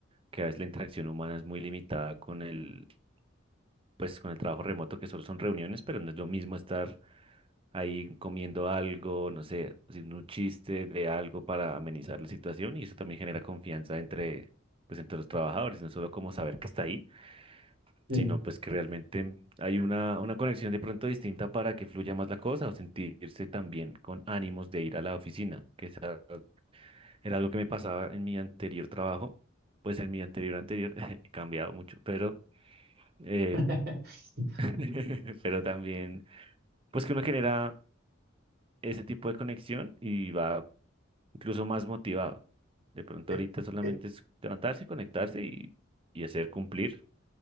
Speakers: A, on the right; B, on the right.
A: que a veces la interacción humana es muy limitada con el, pues, con el trabajo remoto, que solo son reuniones, pero no es lo mismo estar ahí comiendo algo, no sé, haciendo un chiste de algo para amenizar la situación y eso también genera confianza entre, pues, entre los trabajadores, no solo como saber que está ahí
B: Sí.
A: sino pues que realmente hay una, una conexión de pronto distinta para que fluya más la cosa o sentirse también con ánimos de ir a la oficina, que esa era algo que me pasaba en mi anterior trabajo, pues en mi anterior anterior, <laughs> he cambiado mucho, pero, eh,
B: <laughs>
A: <laughs> pero también, pues que uno genera ese tipo de conexión y va incluso más motivado. De pronto
B: Eh,
A: ahorita solamente
B: eh,
A: es levantarse, conectarse y, y hacer cumplir.